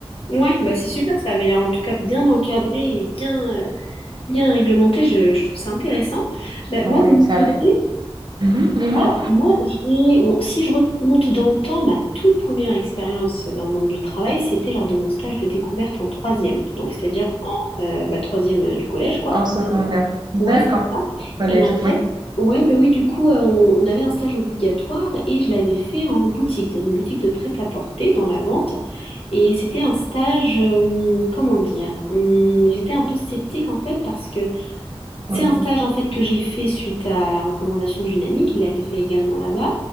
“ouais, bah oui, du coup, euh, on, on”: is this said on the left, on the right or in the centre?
Left